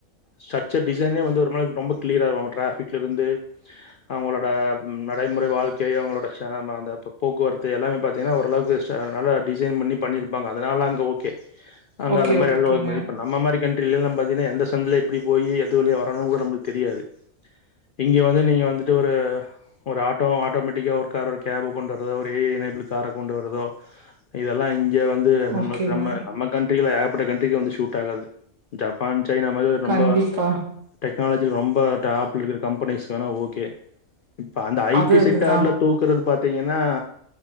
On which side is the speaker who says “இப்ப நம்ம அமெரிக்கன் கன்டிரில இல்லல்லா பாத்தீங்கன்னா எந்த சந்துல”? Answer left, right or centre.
Left